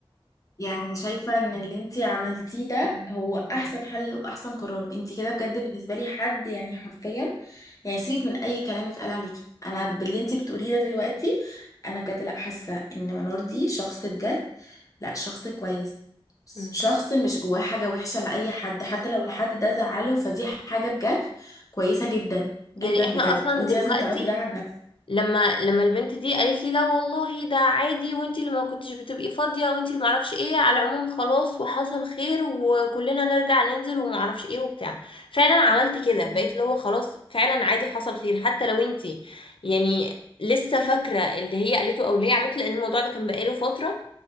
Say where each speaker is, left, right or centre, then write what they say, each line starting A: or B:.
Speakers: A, on the left (about 35°); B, on the left (about 65°).
A: يعني شايفة ان اللي انتي عملتيه ده هو احسن
B: مم.
A: حل واحسن قرار انتي كده بجد بالنسبة لي حد يعني حرفيا يعني سيبك من اي كلام اتقال عليكي انا باللي انتي بتقوليه ده دلوقتي انا بجد لا حاسة ان منور دي شخص بجد لا شخص كويس
B: مم.
A: شخص مش جواه حاجة وحشة لأي حد حتى لو الحد ده زعله فدي حاجة بجد كويسة جدا جدا
B: يعني احنا
A: بجد
B: اصلا
A: وانتي
B: دلوقتي
A: لازم تعرفي ده عن نفسك
B: لما لما البنت دي قالت لي لا والله ده عادي وانتي اللي ما كنتش بتبقي فاضية وانتي اللي معرفش ايه على العموم خلاص وحصل خير وكلنا نرجع ننزل ومعرفش ايه وبتاع فعلا عملت كده
A: تمام
B: بقيت اللي هو خلاص فعلا عادي حصل خير حتى لو انتي يعني لسه فاكرة اللي هي قالته او اللي هي عملته لان الموضوع ده كان بقاله فترة